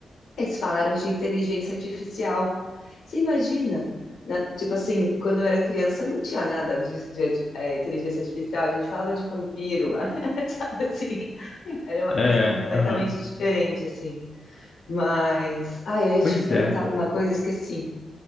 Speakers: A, on the left; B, on the left.
A: Eles falaram de inteligência artificial. Você imagina, na- tipo assim, quando eu era criança não tinha nada disso de, arti- é, inteligência artificial, a gente falava de vampiro, <laughs> sabe assim? Era uma
B: É,
A: coisa completamente
B: aham.
A: diferente, assim. Mas, ah, eu ia
B: Pois
A: te perguntar
B: é.
A: alguma coisa, esqueci.